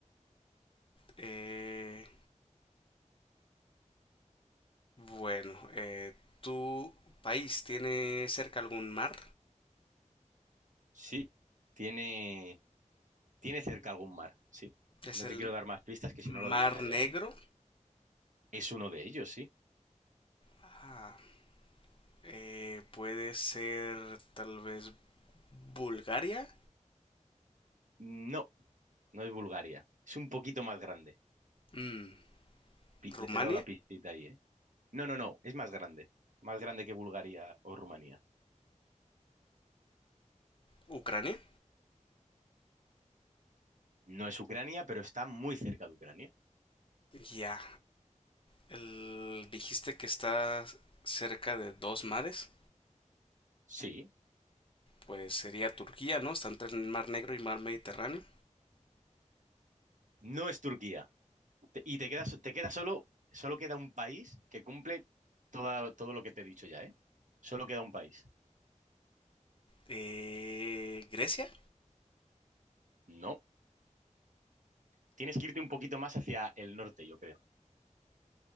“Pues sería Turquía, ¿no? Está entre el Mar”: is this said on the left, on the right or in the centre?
Left